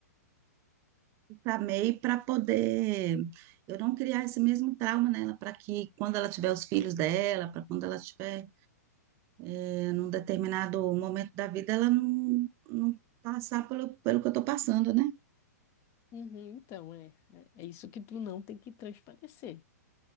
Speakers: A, on the right; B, on the left.
A: chamei para poder eu não criar esse mesmo trauma nela, para que quando ela tiver os filhos dela, para quando ela tiver eh, num determinado momento da vida, ela não, não passar pelo, pelo que eu estou passando, né?
B: Uhum, então, é, é, é isso que tu não tem que transparecer.